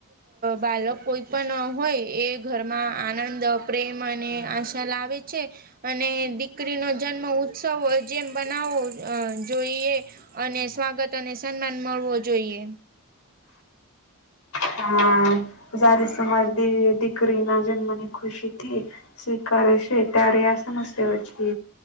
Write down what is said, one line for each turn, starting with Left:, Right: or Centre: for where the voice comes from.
Right: બાળક કોઈ પણ હોય એ ઘરમાં આનંદ પ્રેમ અને આશા લાવે છે. અને દીકરીનોો જન્મ ઉત્સવ જેમ બનાવો જોઈએ અને સ્વાગત અને સન્માન મળવો જોઈએ
Left: હા સારી સમાજ દીકરી ના જન્મની ખુશીથી સ્વીકારે છે. ત્યારે આ સમસ્યાઓ છે